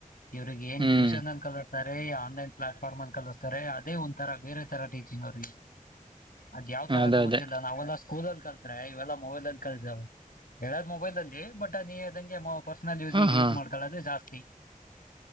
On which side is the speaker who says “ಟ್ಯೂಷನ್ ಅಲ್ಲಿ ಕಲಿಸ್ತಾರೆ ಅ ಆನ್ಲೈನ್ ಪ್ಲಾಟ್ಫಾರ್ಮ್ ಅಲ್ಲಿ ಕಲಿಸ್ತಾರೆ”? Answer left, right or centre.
Left